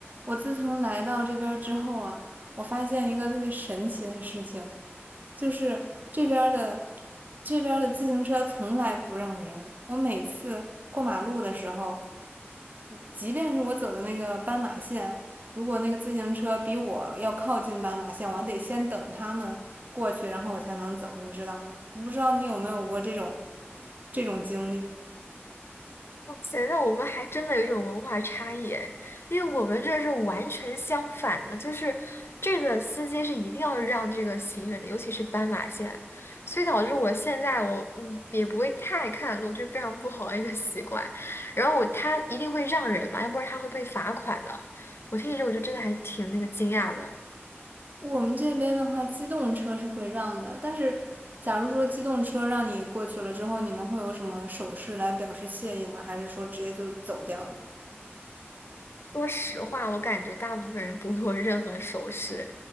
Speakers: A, on the right (about 40°); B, on the left (about 65°).
A: 我自从来到这边之后啊，我发现一个特别神奇的事情，就是这边的这边的自行车从来不让人。我每次过马路的时候，即便是我走的那个斑马线，如果那个自行车比我要靠近斑马线，我还得先等他们过去，然后我才能走，你知道吗？我不知道你有没有过这种这种经历。
B: 哇塞，那我们还真的有一种文化差异诶，因为我们这是完全相反的，就是这个司机是一定要让这个行人的，尤其是斑马线，所以导致我现在我嗯也不会太看路，就是非常不好的一个习惯。然后我他一定会让人嘛，要不然他会被罚款的。我听你这，我就真的还挺那个惊讶的。
A: 我们这边的话，机动车是会让的，但是假如说机动车让你过去了之后，你们会有什么手势来表示谢意吗？还是说直接就走掉了？
B: 说实话，我感觉大部分人不会有任何手势，